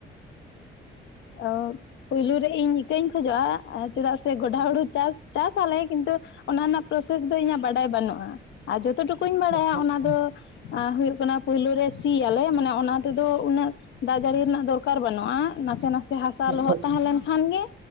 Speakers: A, on the left; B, on the right.
A: ᱮᱦᱚᱵ ᱯᱩᱭᱞᱩ ᱨᱮ ᱤᱧ ᱤᱠᱟᱹᱧ ᱠᱷᱚᱡᱚᱜᱼᱟ ᱪᱮᱫᱟᱜ ᱥᱮ ᱜᱚᱰᱟ ᱦᱩᱲᱩ ᱪᱟᱥ ᱪᱟᱥ ᱟᱞᱮ ᱠᱤᱱᱛᱩ ᱚᱱᱟ ᱨᱮᱱᱟᱜ ᱯᱨᱚᱥᱮᱥ ᱫᱚ ᱤᱧᱟᱜ ᱵᱟᱰᱟᱭ ᱵᱟᱹᱱᱩᱜᱼᱟ ᱟᱨ ᱡᱚᱛᱚ ᱴᱩᱠᱩᱧ ᱵᱟᱲᱟᱭᱟ
B: ᱟᱪᱪᱷᱟ
A: ᱚᱱᱟ
B: ᱟᱪᱪᱷᱟ
A: ᱫᱚ ᱟᱨ ᱦᱩᱭᱩᱜ ᱠᱟᱱᱟ ᱯᱳᱭᱞᱳ ᱨᱮ ᱥᱤᱭᱟᱞᱮ ᱢᱟᱱᱮ ᱚᱱᱟ ᱛᱮᱫᱚ ᱩᱱᱟᱹᱜ ᱫᱟᱜ ᱡᱟᱹᱲᱤ ᱨᱮᱱᱟᱜ ᱫᱚᱨᱠᱟᱨ ᱵᱟᱹᱱᱩᱜᱼᱟ ᱱᱟᱥᱮ ᱱᱟᱥᱮ ᱦᱟᱥᱟ
B: ᱟᱪᱪᱷᱟ
A: ᱞᱚᱦᱚᱫ
B: ᱟᱪᱪᱷᱟ
A: ᱛᱟᱦᱮᱸ ᱞᱮᱱᱠᱷᱟᱱ ᱜᱮ